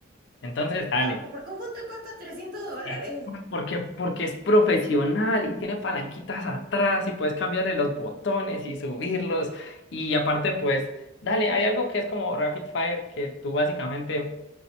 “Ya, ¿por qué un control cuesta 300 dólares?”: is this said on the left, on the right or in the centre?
Right